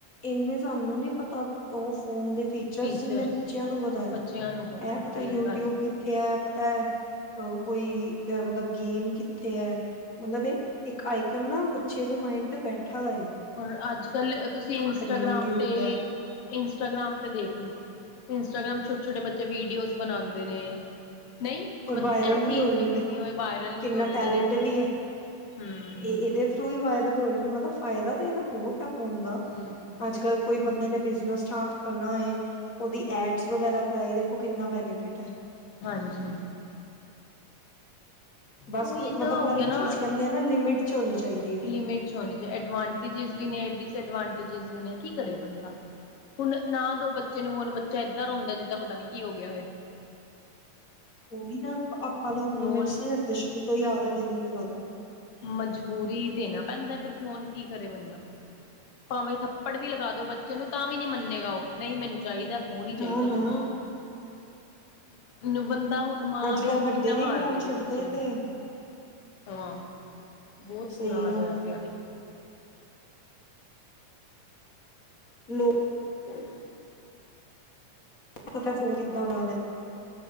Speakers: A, on the left; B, on the left.
A: ਇਨੇ ਸਾਨੂੰ ਨੀ ਪਤਾ ਉਹ ਫੋਨ ਦੇ ਫੀਚ ਚ
B: ਟੀਚਰਸ
A: ਜਿੰਨੇ ਬੱਚਿਆਂ ਨੂੰ ਪਤਾ
B: ਬੱਚਿਆਂ ਨੂੰ
A: ਇਹ ਪਤਾ
B: ਸਹੀ
A: ਯੂਟਿਊਬ
B: ਗੱਲ ਹੈ
A: ਕਿੱਥੇ ਹੈ ਪਤਾ ਹੈ ਕੋਈ ਮਤਲਬ ਗੇਮ ਕਿੱਥੇ ਹੈ। ਮਤਲਬ ਇੱਕ ਆਈਕਨ ਨਾ ਬੱਚੇ ਦੇ ਮਾਇੰਡ ਤੇ ਬੈਠਾ ਦਾ ਹੈ।
B: ਰ ਅੱਜ ਕੱਲ ਤੁਸੀਂ ਇੰਸਟਾਗ੍ਰਾਮ
A: ਯੂਟਿਊਬ
B: ਤੇ
A: ਦਾ
B: ਇੰਸਟਾਗ੍ਰਾਮ ਤੇ ਦੇਖ ਲੋ ਇੰਸਟਾਗ੍ਰਾਮ ਛੋਟੇ ਛੋਟੇ ਬੱਚੇ ਵੀਡੀਓਜ਼ ਬਣਾਦੇ ਨੇ ਨਹੀਂ
A: ਔਰ
B: ਮਤਲਬ
A: ਵਾਇਰਲ
B: ਇਹ ਚੀਜ਼
A: ਹੋ ਰਹੇ
B: ਵੀ
A: ਨੇ
B: ਕਿੰਨੀ
A: ਦੇਖੋ
B: ਹੋਵੇ ਵਾਇਰਲ
A: ਕਿੰਨਾ
B: ਵੀ ਹੋ। ਰਹੇ
A: ਟੈਲੈਂਟ
B: ਨੇ ਦੇਖੋ
A: ਵੀ ਹੈ
B: ਹੂੰ
A: ਇਹ ਇਹਦੇ ਥਰੂ ਈ ਵਾਇਰਲ ਹੋ ਰਏ ਨੇ ਮਤਲਬ ਫਾਇਦਾ ਤਾਂ ਇਹਦਾ ਬੋਤ ਹੈ ਫੋਨ ਦਾ
B: ਹੂੰ
A: ਅੱਜ ਕੱਲ ਕੋਈ ਬੰਦੇ ਨੇ ਬਿਜਨਸ ਸਟਾਰਟ ਕਰਨਾ ਹੈ। ਓ ਦੀ ਐਡ ਵਗੈਰਾ ਕਰਵਾਏ ਦੇਖੋ ਕਿੰਨਾ ਬੈਨੀਫਿਟ ਹੈ।
B: ਹਾਂਜੀ
A: ਬਸ
B: ਉਹੀ
A: ਕੋ
B: ਨਾ
A: ਮਤਲਬ
B: ਹੋ
A: ਹਰ
B: ਗਿਆ
A: ਇੱਕ
B: ਨਾ
A: ਚੀਜ਼ ਕੈਂਦੇ ਆ ਨਾ ਲਿਮਿਟ 'ਚ ਹੋਣੀ ਚਾਹੀਦੀ। ਹੈ
B: ਲਿਮਿਟ 'ਚ ਹੋਣੀ ਚਾਹੀ ਐਡਵਾਂਟੇਜਿ ਵੀ ਨੇ ਡਿਸਐਡਵਾਂਟੇਜਿ ਵੀ ਨੇ ਕੀ ਕਰੇ ਬੰਦਾ ਹੁਣ ਨਾ ਦੋ ਬੱਚੇ ਨੂੰ ਹੁਣ ਬੱਚਾ ਏਦਾਂ ਰੋਂਦਾ ਜਿੱਦਾਂ ਪਤਾ ਨੀ ਕੀ ਹੋ ਗਿਆ ਹੋਏ।
A: ਉਹੀ ਨਾ ਆਪਾਂ ਲੋਕ ਨੇ
B: ਹੁਣ
A: ਮਿਰ ਸੀ ਦੇ ਸ਼ੁਰੂ ਤੋਂ ਹੀ ਆਦਤ ਹੈ ਤੇ ਨਈ ਲਗਾ ਦਿੰਦ
B: ਮਜਬੂਰੀ ਦੇਣਾ ਪੈਂਦਾ ਫਿਰ ਫੋਨ ਕੀ ਕਰੇ ਬੰਦਾ ਭਾਵੇਂ ਥੱਪੜ ਵੀ ਲਗਾ ਦੋ ਬੱਚੇ ਨੂੰ ਤਾਂ ਵੀ ਨੀ ਮੰਨੇਗਾ ਓ ਨਈ ਮੈਨੂੰ ਚਾਹੀਦਾ। ਫੋਨ ਈ
A: ਨਾ
B: ਚਾਹੀਦਾ
A: ਨਾ
B: ਮੈਨੂੰ ਬੰਦਾ ਹੁਣ ਮਾਂ
A: ਅੱਜ
B: ਵੇ
A: ਕੱਲ
B: ਹੁਣ
A: ਵੱਡੇ
B: ਕਿੰਨਾ
A: ਨੀ
B: ਮਾਰ
A: ਫੋਨ
B: ਲੈ
A: ਛੱਡਦੇ
B: ਗੀ ਬੱਚੇ ਨੂੰ
A: ਤੇ
B: ਹਾਂ ਬੋਤ
A: ਸਹੀ
B: ਬੁਰਾ ਹਾਲ
A: ਗੱਲ
B: ਹੋਇਆ
A: ਹੈ
B: ਪਿਆ ਵੇ।
A: ਲੋ
B: <inaudible>
A: ਪਤਾ ਫੋਨ ਕੀਤਾ ਉਹਨਾਂ ਨੇ।